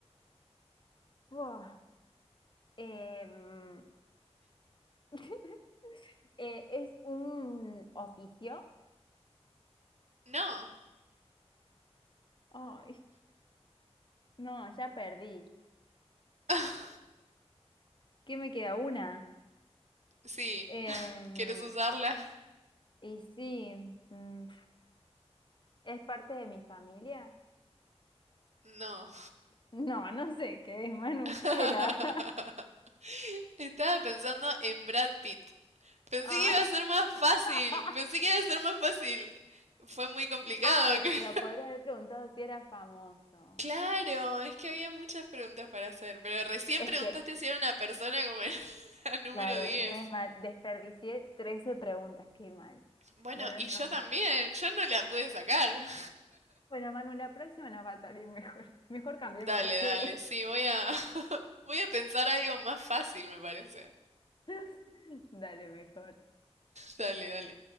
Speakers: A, on the left (about 45°); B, on the right (about 90°).
A: buah, em, <laughs> eh, ¿es un oficio?
B: no.
A: ¡Ay! No, ya perdí.
B: <laughs>
A: ¿Qué me queda? Una.
B: Sí,
A: Em,
B: ¿quieres usarla?
A: y sí, mm, ¿es parte de mi familia?
B: No.
A: No, no sé qué es, Manu,
B: <laughs>
A: ¿qué era? <laughs>
B: Estaba pensando en Brad Pitt. Pensé
A: Ah.
B: que iba a ser más fácil.
A: <laughs>
B: Pensé que iba a ser más fácil. Fue muy complicado,
A: Ay,
B: <laughs> creo.
A: pero podría haber preguntado si era famoso.
B: Claro, es que había muchas preguntas para hacer, pero recién
A: Es
B: preguntaste
A: que,
B: si era una persona como en <laughs> la número
A: claro,
B: 10.
A: re mal. Desperdicié 13 preguntas, qué mal.
B: Bueno,
A: Bueno,
B: y
A: no.
B: yo también, yo no la pude sacar. <laughs>
A: Bueno, Manu, la próxima nos va a salir mejor. <laughs> Mejor cambiemos
B: Dale,
A: de juego.
B: dale, sí, voy a <laughs> voy a pensar algo más fácil, me parece.
A: <laughs> Dale, mejor.
B: Dale, dale.